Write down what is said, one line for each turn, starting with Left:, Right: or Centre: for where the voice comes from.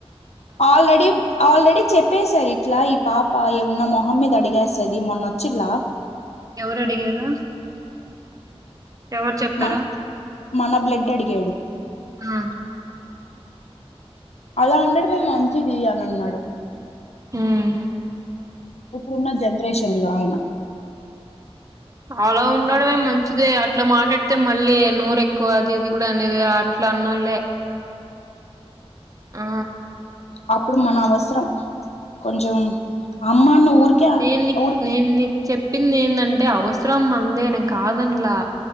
Left: ఆల్రెడీ ఆల్రెడీ చెప్పేశారు ఇట్లా ఈ పాప ఏం ఉన్నా మొ మొహమ్ మీద అడిగేస్తది మొన్నొచ్చిలా
Right: ఎవరు అడిగారా ఎవరు చెప్పారా
Left: మ మన బ్లడ్ అడిగాడు
Right: ఆ
Left: అలా ఉండడమే మంచిది అని అన్నాడు
Right: హ్మ్
Left: ఇప్పుడున్న జనరేషన్ లో ఆయన
Right: అలా ఉండడమే మంచిది అట్లా మాట్లాడితే మళ్ళీ నోరెక్కువ అది ఇది కూడా నేది అట్లా అన్నలే ఆ
Left: అప్పుడు మన అవసరం కొంచం అమ్మను ఊరికే
Right: నేను నీ
Left: ఊరికి
Right: నేను నీకు చెప్పింది ఏందంటే అవసరం మందేనే కాదన్నలా